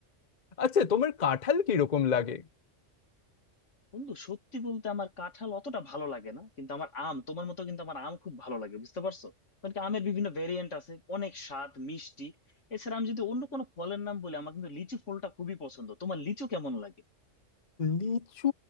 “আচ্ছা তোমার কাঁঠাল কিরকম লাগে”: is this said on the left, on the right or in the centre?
Left